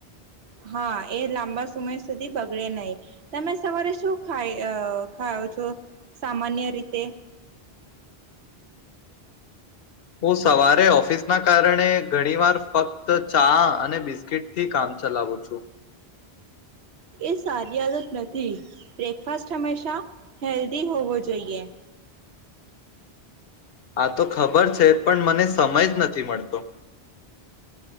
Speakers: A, on the right (about 85°); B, on the left (about 65°).
A: હા એ લાંબા સમય સુધી બગડે નહી તમે સવારે શું ખાય ખાવ છો સામાન્ય રીતે
B: હું સવારે ઓફિસના કારણે ઘણીવાર ફક્ત ચા અને બિસ્કીિટથી કામ ચલાવું છું.
A: એ સારી આદત નથી બ્રેકફાસ્ટ હંમેશા હેલ્ધી હોવો જોઈએ.
B: આ તો ખબર છે. પણ મને સમય જ નથી મળતો.